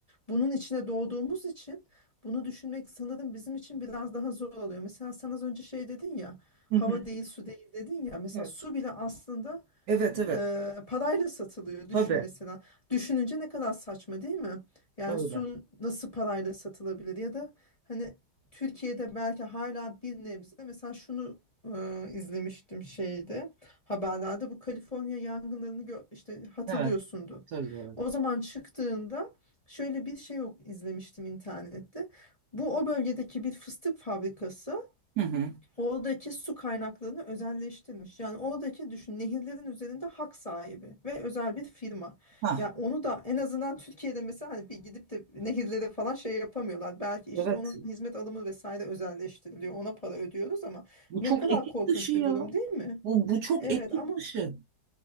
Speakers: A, on the left (about 25°); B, on the right (about 70°).
A: bunun içine doğduğumuz için bunu düşünmek sanırım bizim için biraz daha zor oluyor. Mesela sen az önce şey dedin ya,
B: Hı
A: hava
B: hı.
A: değil su değil dedin ya. Mesela
B: Evet,
A: su bile aslında
B: evet. evet.
A: e, parayla satılıyor. Düşün
B: Tabii,
A: mesela. Düşününce ne kadar saçma değil mi? Yani
B: öyle.
A: su nasıl parayla satılabilir ya da hani Türkiye'de belki hala bir nebze mesela şunu e, izlemiştim şeyde haberlerde bu Kaliforniya yangınlarını gö- işte hatırlıyorsundur.
B: Evet, hatırlıyorum.
A: O zaman çıktığında şöyle bir şey yok izlemiştim internette. Bu o bölgedeki bir fıstık fabrikası
B: Hı hı.
A: Oradaki su kaynaklarını özelleştirmiş. Yani oradaki düşün nehirlerin üzerinde hak sahibi ve özel bir firma.
B: Ha,
A: Yani onu da en azından Türkiye'de mesela hani bir gidip de nehirlere falan şey yapamıyorlar. Belki işte
B: evet.
A: onun hizmet alımı vesaire özelleştiriliyor. Ona para ödüyoruz ama
B: Bu
A: ne
B: çok
A: kadar
B: etik
A: korkunç
B: dışı ya.
A: bir durum değil mi?
B: Bu, bu çok
A: Evet
B: etik
A: ama
B: dışı.